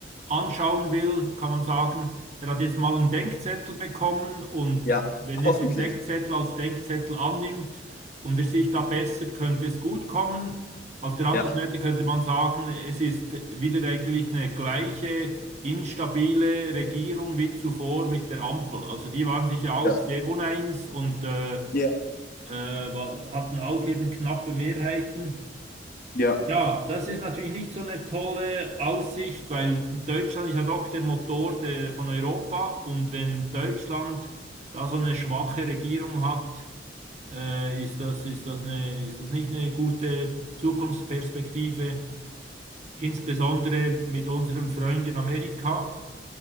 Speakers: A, on the right; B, on the left.
A: anschauen will, kann man sagen, er hat jetzt mal einen Denkzettel bekommen und
B: ja,
A: wenn er
B: hoffentlich.
A: den Denkzettel als Denkzettel annimmt und er sich da bessert, könnte es gut kommen. Auf der anderen
B: Ja,
A: Seite könnte man sagen, es ist wieder eigentlich eine gleiche instabile Regierung wie zuvor mit der Ampel. Also die waren sich ja auch
B: ja,
A: sehr uneins und äh, äh,
B: ja,
A: wa- hatten auch eben knappe Mehrheiten.
B: ja,
A: Ja, das ist natürlich nicht so eine tolle Aussicht, weil Deutschland ist ja doch der Motor der, von Europa und wenn Deutschland da so eine schwache Regierung hat, äh, ist das, ist das eine, ist das nicht eine gute Zukunftsperspektive, insbesondere mit unserem Freund in Amerika,